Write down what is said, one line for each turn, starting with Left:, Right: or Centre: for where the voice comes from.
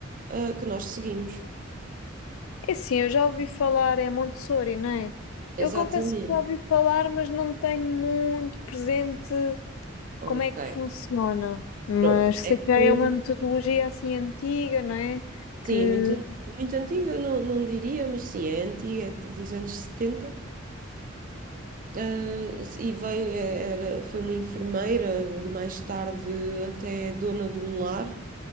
Right: ah, que nós seguimos.
Left: É sim, eu já ouvi falar, é Montessori, não é?
Right: Exatamente.
Left: Eu confesso que já ouvi falar, mas não tenho muito presente
Right: Ok.
Left: como é que funciona. Mas
Right: Pronto.
Left: sei
Right: É
Left: que já
Right: que,
Left: é uma metodologia assim antiga, não é?
Right: sim,
Left: Que.
Right: muito, muito antiga, não, não diria, mas sim, é antiga, é dos anos 70. Ah, e veio, é, era, foi uma enfermeira, mais tarde até dona de um lar,